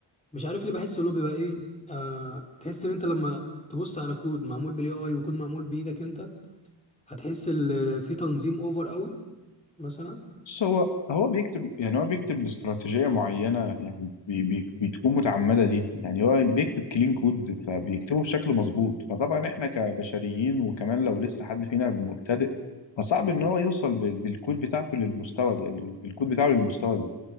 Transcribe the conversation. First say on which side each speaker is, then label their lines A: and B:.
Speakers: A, on the left (about 15°); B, on the left (about 85°).
A: مش عارف ليه بحس اللي هو بيبقى ايه آه تحس ان انت لما تبص على كود معمول بالاي اي وكود معمول بايدك انت هتحس ان في تنظيم اوفر قوي مثلا
B: بس هو هو بيكتب يعني هو بيكتب باستراتيجيه معينه يعني بي... بي... بتكون متعمده دي يعني هو بيكتب كلين كود فبيكتبه بشكل مظبوط فطبعا احنا كبشريين وكمان لو لسه حد فينا مبتدئ فصعب ان هو يوصل بال- بالكود بتاعته للمستوى ده بالكود بتاعه للمستوى ده